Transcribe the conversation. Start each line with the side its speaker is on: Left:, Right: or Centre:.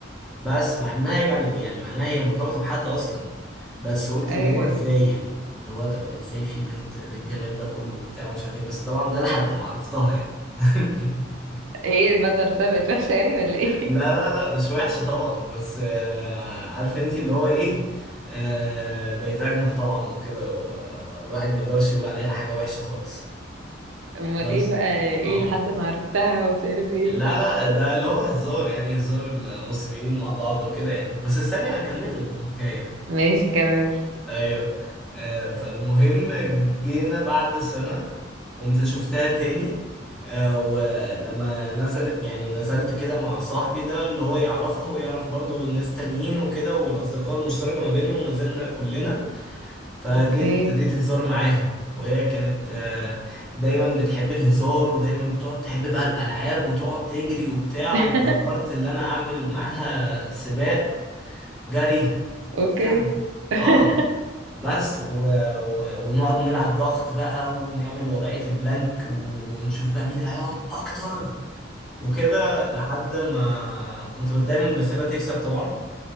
Centre: بس مع انها يعني يعني معناها هي مرتبطه بحد اصلا بس قلت
Right: ايوه
Centre: اللي هو
Right: ايوه
Centre: ازاي يعني اللي هو طب ازاي في بنت بالجمال ده كله وبتاع ومش عارف ايه بس طبعا ده لحد ما عرفتها يعني <laughs>
Right: ايه بقى ده عرفتها بقت وحشة يعني ولا ايه
Centre: لا
Right: <laughs>
Centre: لا لا مش وحشة طبعا بس آه، عارفة انتي اللي هو ايه آه، بقت اجمل طبعا وكده والواحد ما يقدرش يقول عليها حاجة وحشة خالص
Right: امال
Centre: بس
Right: ايه بقى ايه
Centre: اه
Right: لحد ما عرفتها ومش عارف ايه
Centre: لا لا ده اللي هو هزار يعني هزار المصريين مع بعض وكده يعني بس استني هكمل لك الحكاية
Right: ماشي كمل
Centre: ايوه آه فالمهم جينا بعد سنة قمت شفتها تاني آه ولما نزل يعني نزلت كده مع صاحبي ده اللي هو يعرفها ويعرف برضو ناس تانيين وكده والأصدقاء المشتركة ما بيننا ونزلنا كلنا فجيت
Right: اوكي
Centre: ابتديت هزار معاها وهي كانت آه، دايما بتحب الهزار ودايما بتقعد تحب بقى الألعاب وتقعد تجري وبتاع
Right: <laughs>
Centre: وقررت اللي أنا أعمل معاها سباق جري وبتاع
Right: اوكي <laughs>
Centre: اه بس و... و... ونقعد نلعب ضغط بقى ونعمل وضعية البلانك و... ونشوف بقى مين اللي هيقعد اكتر وكده لحد ما كنت دايما بسيبها تكسب طبعا